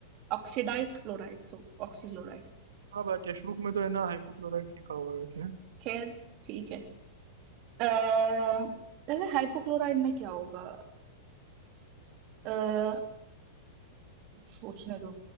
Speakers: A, on the right (about 45°); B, on the right (about 80°).
A: ऑक्सीडाइज्ड क्लोराइड सो ऑक्सीक्लोराइड
B: हाँ टेक्स्ट बुक में तो है ना हाइपोक्लोराइट लिखा हुआ है वैसे
A: खैर ठीक है अः जैसे हाइपोक्लोराइड में क्या होगा अः सोचने दो